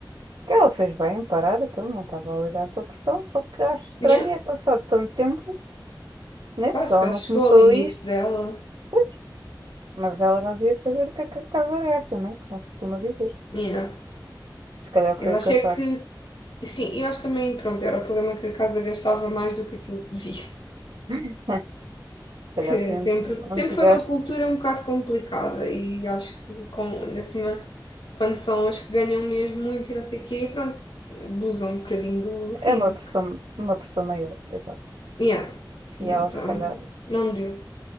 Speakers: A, on the right (about 70°); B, on the left (about 75°).
A: que ela fez bem em parar, então não estava a lidar com a pressão. Só que acho estranho
B: Yeah.
A: é passado tanto tempo, né?
B: Pá,
A: Porque
B: se
A: ela
B: calhar
A: não
B: chegou
A: começou
B: ao limite
A: isto,
B: dela.
A: pois, mas ela já devia saber o que é que a casa gasta, né? Como se costuma dizer.
B: Yeah.
A: Se calhar
B: Eu
A: foi
B: achei
A: o cansaço.
B: que Sim, eu acho também, pronto, era o problema que a casa gastava mais do que aquilo que devia,
A: Se
B: <laughs>
A: calhar
B: que
A: foi
B: sempre,
A: um desga-
B: sempre
A: um desgaste,
B: foi uma cultura um bocado complicada e acho que com, ainda por cima, quando são as que ganham mesmo muito e não sei o quê, pronto, abusam um bocadinho do, do físico.
A: É uma pressão, uma pressão maior, exato.
B: Yeah. E
A: E ela
B: Então,
A: se calhar
B: não deu.